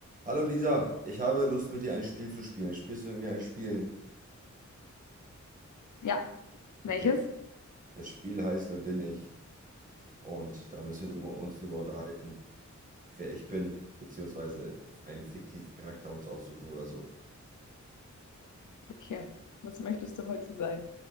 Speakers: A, on the right (about 25°); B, on the left (about 80°).
A: Hallo Lisa, ich habe Lust mit dir ein Spiel zu spielen. Spielst du mit mir ein Spiel?
B: Ja,
A: Okay,
B: welches?
A: das Spiel heißt Wer bin ich? Und da müssen wir drüber, uns drüber unterhalten, wer ich bin, beziehungsweise einen fiktiven Charakter uns aussuchen oder so.
B: Okay. Was möchtest du heute sein?